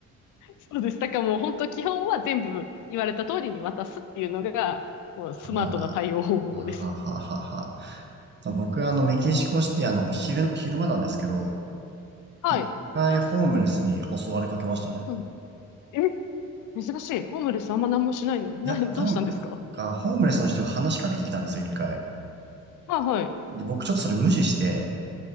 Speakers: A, on the left; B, on the right.
A: そうです。だからもう本当基本は全部言われた通りに渡すっていうのが、もうスマートな対応方法です。
B: あらら。あはははは。僕、あの、メキシコシティ、あの、昼、昼間なんですけど、
A: はい。
B: 一回ホームレスに襲われかけましたね。
A: うん。え、珍しい。ホームレスあんま何もしないのに。な、
B: いや、
A: どうしたんですか
B: なんか、ホームレスの人が話しかけてきたんですよ、一回。
A: はいはい。
B: で、僕ちょっとそれ無視して、